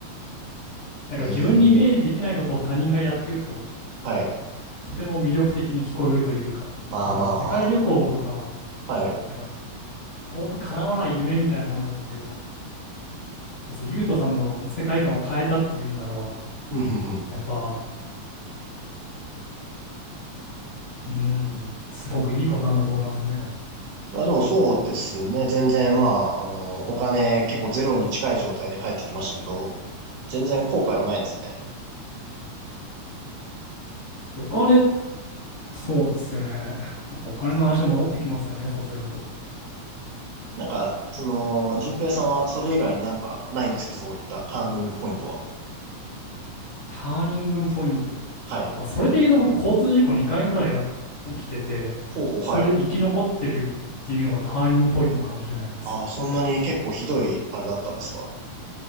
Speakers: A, on the left; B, on the right.
A: なんか自分にイメージできないことを他人がやってると、
B: うーん。はい。
A: とても魅力的に聞こえるというか、
B: まあまあま
A: だから世界旅行とかは、
B: あ。はい。
A: なんか遠く叶わない夢みたいなものだったけど、です、ゆうとさんの世界観を変えたっていうんならば、
B: ふんふんふん。
A: やっぱ、うーん、すごくいいことなんだと思いますね。
B: まあでもそうですね。全然まあ、あの、お金結構ゼロに近い状態で帰ってきましたけど、全然後悔はないですね。
A: お金、そうですよね。やっぱお金の話に戻ってきますよね、そうすると。
B: なんか、その、順平さんはそれ以外になんかないんですかそういったターニングポイントは。
A: ターニングポイント。
B: はい。
A: まあ、それで言うと僕、交通事故2回ぐらい起きてて、
B: ほうほう、はい。
A: それで生き残ってるっていうのがターニングポイントかもしれないです。
B: ああ、そんなに結構ひどいあれだったんですか